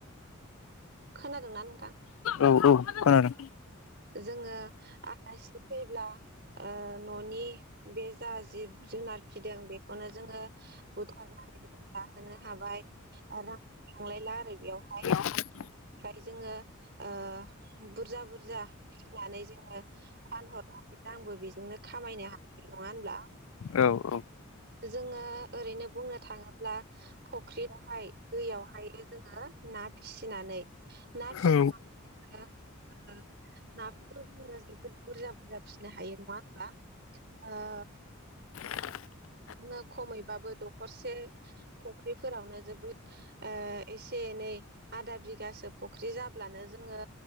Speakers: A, on the right (about 50°); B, on the left (about 70°).
A: खोनादोंना नोंथां
B: औ-औ खोनादों।
A: जोंङो आलासि फैब्ला ओ न'नि बे जा जिब जुनार फिदों बेनो जोंङो बुथारनानै जाहोनो हाबाय <unintelligible> <unintelligible> ला आरो बेयावहाय
B: <inaudible>
A: ओमफ्राय जोंङो ओ बुरजा-बुरजा फिनानै जोंङो फानहर आंबो बेजोंनो खामायनो हाय नङा होनब्ला
B: औ-औ
A: जोंङो ओरैनो बुंनो थाङोब्ला फुख्रियावहाय दैयावहाय जोंङो ना फिसिनानै ना फिनानै
B: औ
A: नाफोरखौ' जोंङो जोबोद बुरजा-बुरजा फिसिनो हायो नङा होनबा ओ
B: <inaudible>
A: नो खमैबाबो दखरसे फुख्रिफोरावनो जोबोद ओ एसे नै आदा बिघा फख्रि जाब्लानो जोंङो